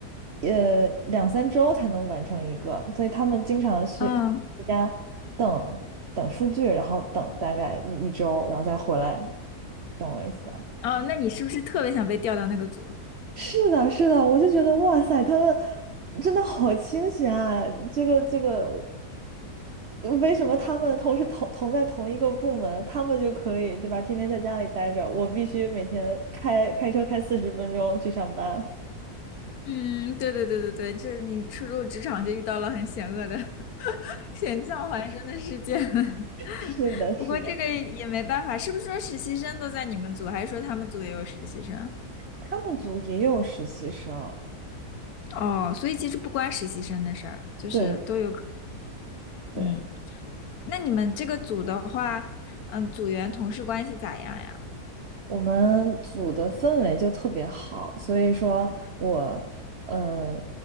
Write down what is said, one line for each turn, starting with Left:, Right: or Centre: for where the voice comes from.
Right: 呃，两三周才能完成一个，所以他们经常去在家等等数据，
Left: 嗯，
Right: 然后等大概一一周，然后再回来，懂我意思吧？
Left: 哦，那你是不是特别想被调到那个组？
Right: 是的，是的，我就觉得哇塞，他们真的好清闲啊！这个这个，嗯为什么他们同时同同在同一个部门，他们就可以，对吧？天天在家里待着，我必须每天开开车开四十分钟去上班。<laughs>
Left: 嗯，对对对对对，这你初入职场就遇到了很险恶的、<laughs> 险象环生的事件。<laughs>
Right: 是的，
Left: 不过这个也没办法，
Right: 是的，
Left: 是不是说实习生都在你们组，还是说他们组也有实习生？
Right: 他们组也有实习生，
Left: 哦，所以其实不关实习生的事儿，就是都有可
Right: 对对。
Left: 嗯，那你们这个组的话，嗯，组员同事关系咋样呀？
Right: 我们组的氛围就特别好，所以说我，呃，